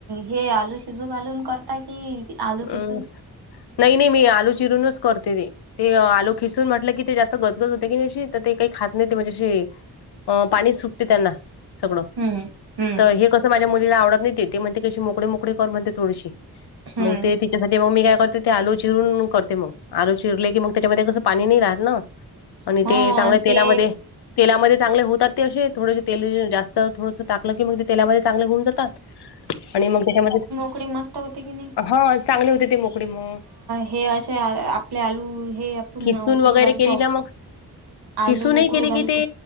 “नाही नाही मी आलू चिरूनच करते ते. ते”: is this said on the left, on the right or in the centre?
Left